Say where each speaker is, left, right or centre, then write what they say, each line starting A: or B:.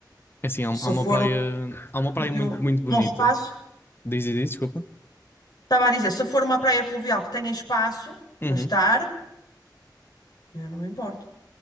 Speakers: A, on the left; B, on the left.
A: É assim, há, há
B: se
A: uma
B: for
A: praia,
B: um
A: há uma praia
B: sítio
A: muito, muito bonita.
B: com espaço,
A: Diz e diz, desculpa.
B: estava a dizer, se for uma praia fluvial que tenha espaço para
A: Uhum.
B: estar, eu não me importo.